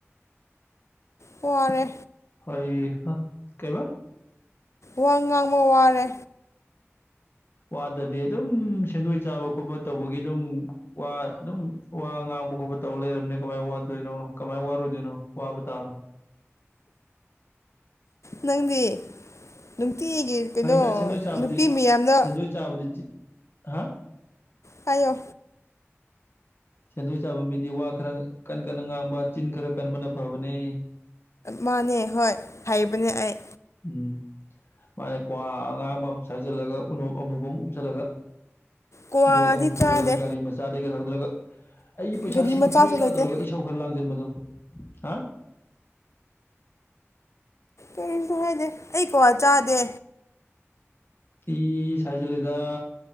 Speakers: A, on the left; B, on the left.
A: ꯐꯔꯦ
B: ꯍꯣꯏ ꯑ ꯀꯩꯕꯥ
A: ꯋꯥ ꯉꯥꯡꯕ ꯋꯥꯔꯦ
B: ꯋꯥꯗ꯭ꯔꯗꯤ ꯑꯗꯨꯝ ꯁꯦꯟꯗꯣꯏ ꯆꯥꯕ ꯈꯣꯠꯄ ꯇꯧꯕꯒꯤ ꯑꯗꯨꯝ ꯋꯥ ꯑꯗꯨꯝ ꯋꯥ ꯉꯥꯡ ꯈꯕ ꯈꯣꯠꯄ ꯇꯧꯔ ꯂꯩꯔꯕꯅꯤ ꯀꯃꯥꯏ ꯋꯥꯗꯣꯏꯅꯣ ꯀꯃꯥꯏ ꯋꯥꯔꯨꯗꯣꯏꯅꯣ ꯋꯥꯕ ꯇꯥꯕꯅꯤ
A: ꯅꯪꯗꯤ ꯅꯨꯡꯇꯤꯒꯤ ꯀꯩꯅꯣ
B: ꯐꯩꯗ ꯁꯦꯟꯗꯣꯏ ꯆꯥꯕꯗꯤ
A: ꯅꯨꯄꯤ ꯃꯌꯥꯝꯗ
B: ꯁꯦꯟꯗꯣꯏ ꯆꯥꯕꯗꯤ ꯍꯥ
A: ꯍꯥꯏꯌꯣ
B: ꯁꯦꯟꯗꯣꯏ ꯆꯥꯕ ꯃꯤꯗꯤ ꯋꯥ ꯈꯔ ꯀꯟ ꯀꯟꯅ ꯉꯥꯡꯕ ꯆꯤꯟ ꯈꯔ ꯀꯟꯅꯅ ꯐꯕꯅꯦ
A: ꯃꯥꯅꯦ ꯍꯣꯏ ꯍꯩꯕꯅꯦ ꯑꯩ
B: ꯎꯝ ꯃꯥꯅ ꯀ꯭ꯋꯥ ꯑꯉꯥꯡꯕ ꯑꯃ ꯁꯥꯏꯖꯤꯜꯂꯒ ꯎꯅꯣꯞ ꯑꯃꯨꯕ ꯑꯃ ꯎꯞꯁꯤꯜꯂꯒ
A: ꯀ꯭ꯋꯥꯗꯤ
B: ꯕꯦꯛ ꯑꯃ ꯄꯨꯔꯒ
A: ꯆꯥꯗꯦ
B: ꯒꯥꯔꯤ ꯃꯆꯥꯗꯒꯤꯒ ꯊꯧꯗ꯭ꯔꯒ ꯑꯩꯒꯤ ꯄꯩꯁꯥ
A: ꯒꯥꯔꯤ
B: ꯁꯤꯡꯉꯛꯈꯤꯔꯣꯏꯗꯔ
A: ꯃꯆꯥꯁꯨ ꯂꯩꯇꯦ
B: ꯅꯠꯇ꯭ꯔꯒ ꯏꯁꯥꯎ ꯈꯔ ꯂꯥꯡꯖꯔ ꯗꯣ ꯍꯥ
A: ꯀꯩꯌꯦꯝꯇ ꯍꯥꯏꯗꯦ ꯑꯩ ꯀꯋꯥ ꯆꯥꯗꯦ
B: ꯇꯤ ꯁꯍꯖ ꯂꯩꯗ